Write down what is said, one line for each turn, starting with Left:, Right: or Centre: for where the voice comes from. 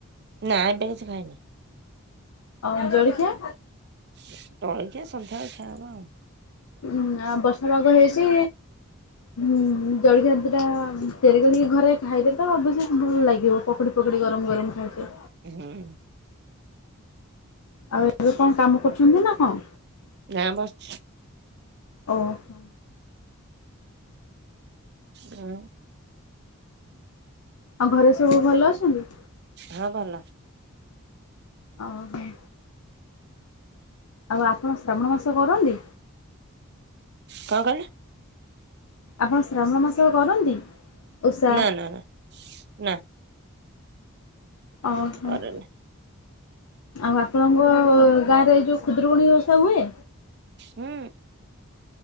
Right: ନା ଏବେ କିଛି ଖାଇନି।
Left: ହ ଜଳଖିଆ?
Right: ଜଳଖିଆ ସନ୍ଧ୍ୟାବେଳେ ଖିଆହବ ଆଉ।
Left: ଉଁ ଆ ବର୍ଷା ପାଗ ହେଇଛି। ହୁଁ ଜଳିଖିଆ ଦିଟା ତିଆରି କରିକି ଘରେ ଖାଇଲେ ତ ଅବଶ୍ୟ ଭଲ ଲାଗିବ ପକୋ ପକୁଡ଼ି ଗରମ ଗରମ ଖାଇ
Right: ହୁଁ
Left: ଆଉ ଏବେ କଣ କାମ କରୁଛନ୍ତି ନା କଣ?
Right: ନାଁ ବସଚି।
Left: ଓ- ହ।
Right: ହୁଁ।
Left: ଆଉ ଘରେ ସବୁ ଭଲ ଅଛନ୍ତି?
Right: ହଁ ଭଲଅ
Left: ଓ- ହ। ଆଉ ଆପଣ ଶ୍ରାବଣ ମାସ କରନ୍ତି?
Right: କଣ କହିଲ
Left: ଆପଣ ଶ୍ରାବଣ ମାସ କରନ୍ତି ଉଷା?
Right: ନା ନା ନା ନା
Left: ଓ- ହୋ।
Right: କରେନି
Left: ଆଉ ଆପଣଙ୍କ ଗାଁରେ ଏଯୋ ଖୁଦ୍ରୁକୁଣୀ ଓଷା ହୁଏ?
Right: ହୁଁ।